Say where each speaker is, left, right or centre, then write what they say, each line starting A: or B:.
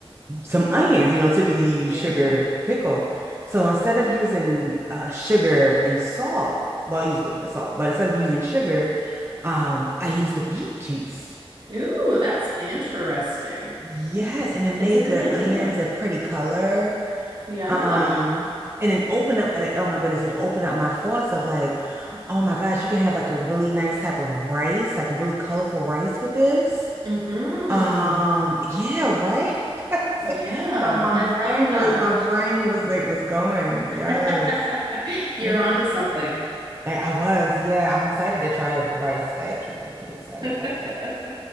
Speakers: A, on the right (about 25°); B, on the right (about 50°).
A: some onions. You know, typically you
B: Yeah.
A: use sugar to pickle. So instead of using uh, sugar and salt, well, I use a little bit of salt, but instead of using sugar, um, I used the beet juice.
B: Ooh, that's interesting.
A: Yes, and it made
B: It's a good
A: the
B: idea.
A: onions a pretty color.
B: Yeah.
A: Um, and then opened up like, oh my goodness, it opened up my thoughts of like, oh my gosh, you can have like a really nice type of rice, like a really colorful rice with this.
B: Mm-hmm.
A: Um, yeah, right. <laughs> I was
B: Yeah.
A: like, my my
B: I
A: brain
B: love that.
A: was my brain was like was going. Yes.
B: <laughs> You're
A: hmm
B: onto something.
A: I, I was, yeah. I'm excited to try it with rice, actually. I'm pretty excited
B: <laughs>
A: about that.